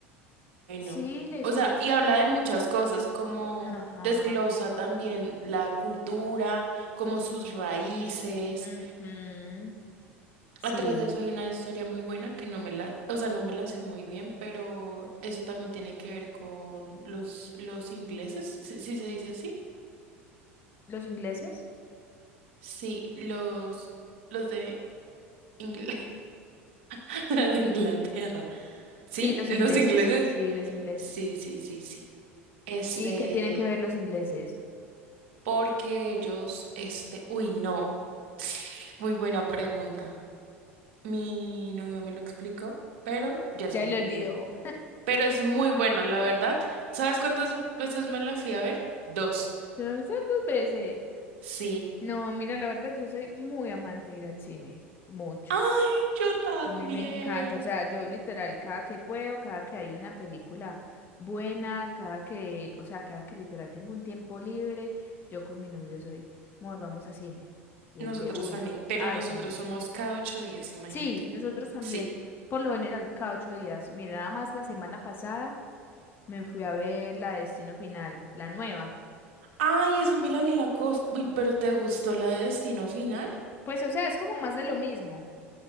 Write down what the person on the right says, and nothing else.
bueno.
O sea,
y habla de muchas cosas, como
desglosa también la cultura, como sus raíces
Atrás de eso hay una historia muy buena que no me la, o sea, no me la sé muy bien, pero eso también tiene que ver con los, los ingleses, si, si se dice así.
Sí, los, los de, Ingl- <laughs> los de Inglaterra. ¿Sí?
Los
ingleses.
Sí, sí, sí, sí. Este,
porque ellos, este, uy, no. <sniffs> Muy buena pregunta. Mi novio me lo explicó, pero ya
se me
olvidó.
pero es muy buena, la verdad. ¿Sabes cuántas veces me la fui a ver? Dos.
Sí.
Ay, yo también.
Nosotros
también, pero
nosotros
somos cada ocho días, imagínate.
Sí.
Ay, esa Milán y la cosa. Uy, pero ¿te gustó la de Destino Final?